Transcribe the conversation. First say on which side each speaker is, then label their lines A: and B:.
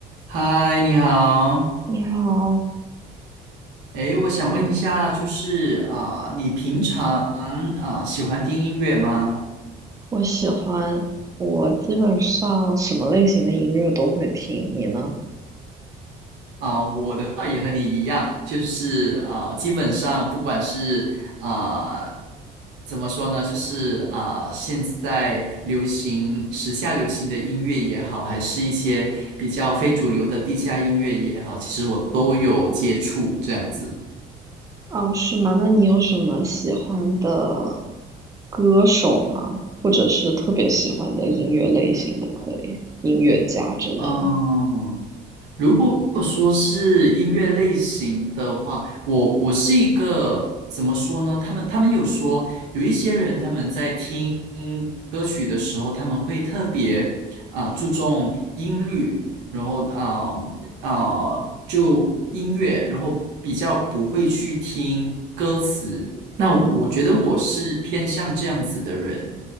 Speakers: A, on the right; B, on the right.
A: 嗨，你好。
B: 你好，
A: 诶，我想问一下，就是啊、你平常啊、喜欢听音乐吗？
B: 我喜欢，我基本上什么类型的音乐都会听，你呢？
A: 啊、我的话也和你一样，就是啊、基本上不管是啊、怎么说呢，就是啊、现在流行、时下流行的音乐也好，还是一些比较非主流的地下音乐也好，其实我都有接触这样子。
B: 哦，是吗？那你有什么喜欢的歌手吗？或者是特别喜欢的音乐类型都可以，音乐家之类的。
A: 嗯，如果说是音乐类型的话，我我是一个怎么说呢？他们他们有说有一些人他们在听歌曲的时候，他们会特别啊、注重音律，然后啊啊、就音乐，然后比较不会去听歌词。那我觉得我是偏向这样子的人。
B: 嗯